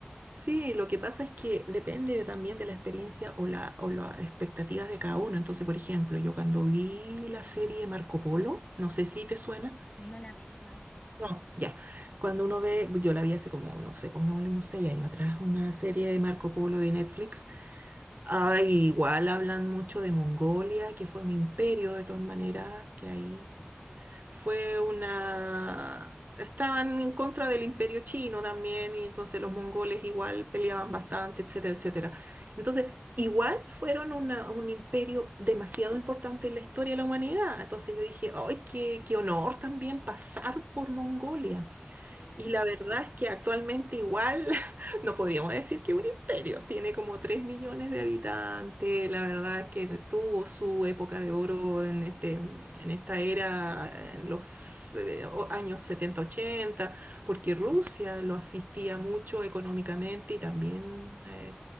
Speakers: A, on the right; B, on the left.
A: Sí, lo que pasa es que depende también de la experiencia o la, o las expectativas de cada uno. Entonces, por ejemplo, yo cuando vi la serie Marco Polo, no sé si te suena.
B: No la vi, ¿no?
A: No, ya. Cuando uno ve, yo la vi hace como, no sé, pongámosle unos seis años atrás, una serie de Marco Polo de Netflix. Ah, igual hablan mucho de Mongolia, que fue un imperio de todas maneras, que ahí fue una... Estaban en contra del imperio chino también, y entonces los mongoles igual peleaban bastante, etcétera, etcétera. Entonces, igual fueron una- un imperio demasiado importante en la historia de la humanidad. Entonces yo dije, ¡ay, qué, qué honor también pasar por Mongolia!
B: Totalmente,
A: Y la verdad es que actualmente igual <laughs> no podríamos decir que un imperio. Tiene como 3 millones de habitantes. La verdad es que tuvo su época de oro en este, en esta era, en los eh, o- años setenta ochenta porque Rusia lo asistía mucho económicamente y también eh,